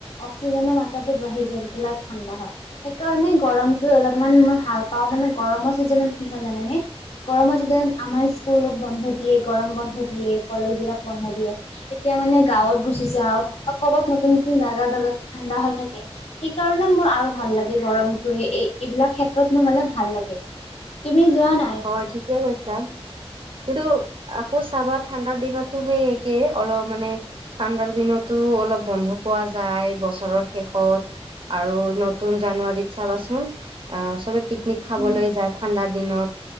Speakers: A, on the left (about 75°); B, on the right (about 55°).
A: অক্সিজেন মাত্ৰাটো বাঢ়ি যায় তেতিয়া হ'লে ঠাণ্ডা হয়। সেইকাৰণে গৰমটো অলপমান মই ভাল পাওঁ মানে গৰমৰ চিজনত কি হয় জানানে? গৰমৰ চিজনত আমাৰ স্কুল বন্ধ দিয়ে, গৰম বন্ধ দিয়ে, কলেজবিলাক বন্ধ দিয়ে। তেতিয়া মানে গাঁৱত গুচি যাওঁ আৰু বা ক'বাত নতুন, নতুন জাগা যাজত ঠাণ্ডা হৈ থাকে। সেইকাৰণে মোৰ আৰু ভাল লাগে গৰমটোহে এই এইবিলাক ক্ষেত্ৰত মোৰ মানে ভাল লাগে। তুমি যোৱা নাই?
B: হয়, ঠিকে কৈছা। কিন্তু আকৌ চাবা ঠাণ্ডাৰ দিনতো সেই একে অলপ মানে ঠাণ্ডাৰ দিনতো অলপ বন্ধ পোৱা যায় বছৰৰ শেষত। আৰু নতুন জানুৱাৰীত চাবাচোন অ', চবে পিকনিক খাবলৈ
A: উম,
B: যায় ঠাণ্ডাৰ দিনত।